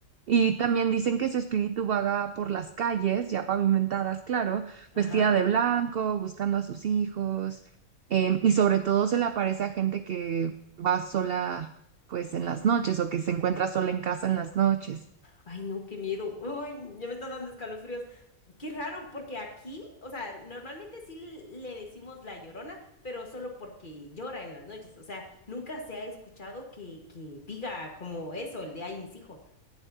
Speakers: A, on the right (about 70°); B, on the left (about 35°).
A: Y también dicen que su espíritu vaga por las calles, ya pavimentadas, claro,
B: Ajá.
A: vestida de blanco, buscando a sus hijos Em, y sobre todo se le aparece a gente que va sola, pues en las noches o que se encuentra sola en casa en las noches.
B: Ay, no, qué miedo. Ay, ya me está dando escalofríos. Qué raro, porque aquí, o sea, normalmente sí le decimos la llorona, pero solo porque llora en las noches. O sea, nunca se ha escuchado que, que diga como eso, el de ay, mis hijos.